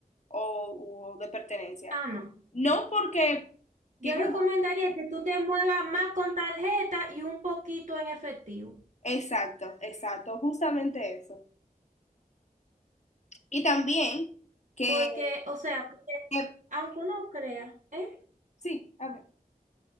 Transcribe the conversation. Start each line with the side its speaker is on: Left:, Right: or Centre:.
Left: o, o de pertenencia.
Right: Ah, no.
Left: No porque,
Right: Yo
Left: sí, ¿verdad?
Right: recomendaría que tú te muevas más con tarjeta y un poquito en efectivo.
Left: Exacto, exacto, justamente eso. Y también que,
Right: Porque, o sea, porque
Left: que-
Right: aunque uno crea, ¿eh?
Left: sí, a ver,